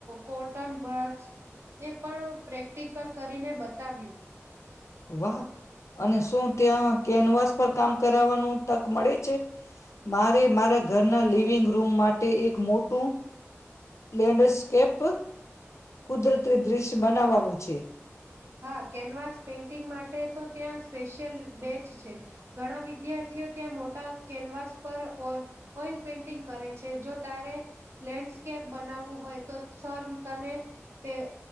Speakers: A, on the right; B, on the left.
A: કોટન બડ્સ એ પણ પ્રેક્ટિકલ કરીને બતાવ્યું.
B: વાહ! અને શું ત્યાં કેનવાસ પર કામ કરાવવાનું તક મળે છે? મારે મારા ઘર ના લિવિંગ રૂમ માટે એક મોટું લેન્ડસ્કેપ કુદરતી દ્રશ્ય બનાવવાનું છે.
A: હા કેનવાસ પેઇન્ટિંગ માટે તો ત્યાં સ્પેશિયલ બેચ છે, ઘણા વિદ્યાર્થીઓ ત્યાં મોટા કેનવાસ પર ઓ ઓઇલ પેઇન્ટિંગ કરે છે જો તારે, લેન્ડસ્કેપ બનાવવું હોય તો સર તને, પી